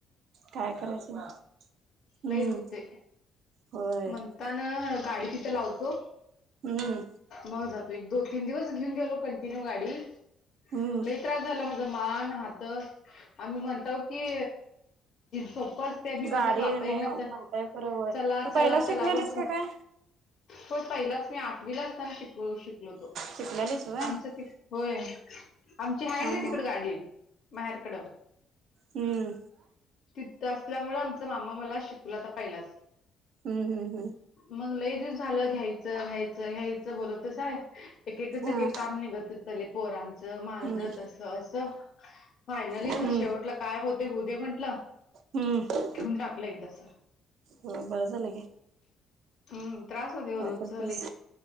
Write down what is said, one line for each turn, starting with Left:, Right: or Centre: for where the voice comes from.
Right: काय करायचं? हम्म
Left: लई देऊते
Right: होय
Left: म्हणता ना गाडी तिथं लावतो.
Right: हम्म
Left: मग जातो एक, दोन, तीन दिवस घेऊन गेलो कंटिन्यू गाडीट
Right: हम्म
Left: लय त्रास झाला माझ मान, हात आम्ही म्हणतो की सोप ते मी
Right: गाडी
Left: म्हणतो बाप
Right: नाही
Left: येईना त्यात
Right: म्हणताय खरं होय
Left: चला,
Right: तू पहिला
Left: चला
Right: शिकलेलीस
Left: चलावर
Right: का काय
Left: पण पहिलाच मी आठवीला असताना शिक, शिकलोतो.
Right: शिकलेलीस होय
Left: आमचं ते होय आमची आहे
Right: हा
Left: ना तिकड
Right: हा
Left: गाडी माहेर कड.
Right: हम्म
Left: तिथ असल्यामुळे आमचा मामा मला शिकूलाता पहिलाच.
Right: हम्म, हम्म, हम्म.
Left: मग लैय दिस झालं घ्यायचं, घ्यायचं, घ्यायचं बोलतस आहे एककाचं
Right: हम्म
Left: काही
Right: हा
Left: काम निघत चले पोरांचं, माझं,
Right: हम्म
Left: तस, अस फायनली
Right: हम्म
Left: शेवटला काय होते होछ दे म्हंटलं.
Right: हम्म.
Left: घेऊन टाकलं एकदाच.
Right: हो बरं झालं की,
Left: हम्म त्रास होते हो
Right: काय
Left: रोजचा
Right: करतेस?
Left: लई